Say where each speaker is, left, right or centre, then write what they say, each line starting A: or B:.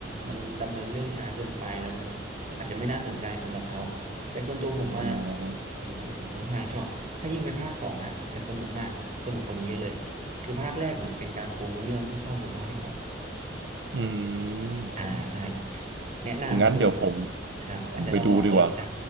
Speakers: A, on the right; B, on the right.
A: มันดำเนินเรื่องช้าเกินไปแล้วมันอาจจะไม่น่าสนใจสำหรับเขาแต่ส่วนตัวผมอะ
B: อ๋อครับ
A: ผมผมค่อนข้างชอบถ้ายิ่งไปภาคสองอะจะสนุกมากสนุกกว่านี้เยอะเลยคือภาคแรกเหมือนเป็นการปูเนื้อเรื่องเพื่อเข้าสู่ภาคที่สอง
B: อืม
A: อ่าใช่แนะนำคุณ
B: งั้นเดี๋ยวผม
A: ครับอาจจะต้องลองเปิดใจ
B: ผมไปดูดีกว่า